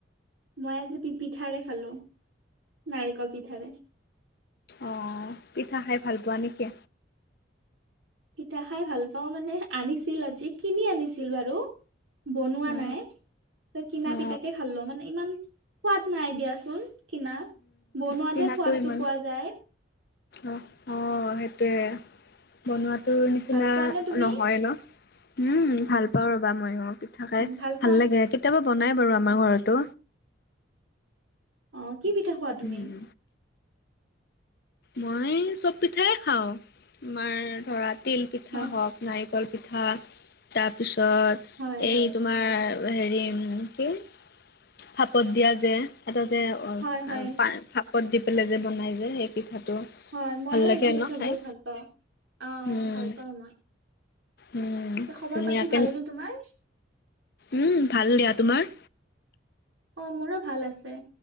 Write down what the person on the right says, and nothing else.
মই আজি পিঠাৰে খালো, নাৰিকল পিঠাৰে‌।
পিঠা খাই ভাল পাওঁ মানে আনিছিল, আজি কিনি আনিছিল বাৰু। বনোৱা
নাই। তই কিনা
পিঠাকে খালো মানে ইমান সোৱাদ নাই দিয়াচোন কিনা। বনোৱাতহে
সোৱাদটো
পোৱা যায়
উম,
ভাল পোৱা নে তুমি
উম,
পোৱা
অঁ, কি পিঠা খোৱা তুমি?
অ
হয়
হয়
হয় হয়
হয় মইও
সেইটো পিঠা
বহুত ভাল পাওঁ, অ
ভাল পাওঁ মই।
খবৰ
পাতি ভালনে তোমাৰ?
অ মোৰো ভাল আছে,